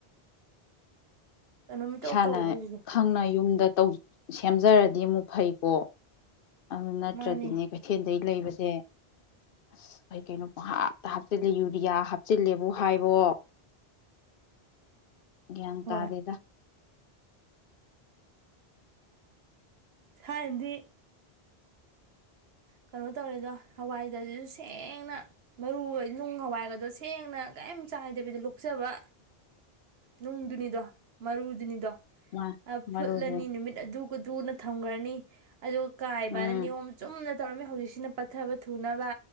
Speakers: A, on the right; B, on the left.
A: ꯀꯩꯅꯣꯝ ꯏꯇꯧ
B: ꯏꯁꯥꯅ
A: ꯇꯧꯋꯦꯕ ꯍꯧꯖꯤꯛꯁꯦ
B: ꯈꯪꯅ ꯌꯨꯝꯗ ꯇꯧ ꯁꯦꯝꯖꯔꯗꯤ ꯑꯃꯨꯛ ꯐꯩꯀꯣ ꯑꯗꯨ ꯅꯠꯇ꯭ꯔꯗꯤꯅꯦ
A: ꯃꯥꯅꯤ
B: ꯀꯩꯊꯦꯜꯗ ꯂꯩꯕꯁ ꯁꯦ ꯑꯁ ꯀꯩ ꯀꯩꯅꯣ ꯄꯥꯞꯍꯥꯞꯇ ꯍꯥꯞꯆꯤꯜꯂꯦ ꯌꯨꯔꯤꯌꯥ ꯍꯥꯞꯆꯤꯜꯂꯦꯕꯨ ꯍꯥꯏꯕꯣ ꯒ꯭ꯌꯥꯟ
A: ꯍꯣꯏ
B: ꯇꯥꯗꯗ
A: ꯊꯥꯏꯅꯗꯤ ꯀꯩꯅꯣ ꯇꯧꯔꯦꯗꯣ ꯍꯋꯥꯏꯗꯖꯤꯁꯨ ꯁꯦꯡꯅ ꯃꯔꯨ ꯅꯨꯡ ꯍꯋꯥꯏꯒꯗꯣ ꯁꯦꯡꯅ ꯀꯔꯤꯝ ꯆꯥꯏꯗꯕꯤꯗ ꯂꯣꯛꯆꯕ ꯅꯨꯡꯗꯨꯅꯤꯗꯣ ꯃꯔꯨꯗꯨꯅꯤꯗꯣ
B: ꯃꯥ
A: ꯑ
B: ꯃꯔꯨꯁꯦ
A: ꯐꯨꯠꯂꯅꯤ ꯅꯨꯃꯤꯠ ꯑꯗꯨꯗꯨꯅ ꯊꯝꯈ꯭ꯔꯅꯤ <inaudible> ꯑꯗꯨꯒ ꯀꯥꯏꯕꯅ
B: ꯎꯝ
A: ꯅꯤꯌꯣꯝ ꯆꯨꯝꯅ ꯇꯧꯔꯝꯃꯦ ꯍꯧꯖꯤꯛꯁꯤꯅ ꯄꯠꯊꯕ ꯊꯨꯅꯕ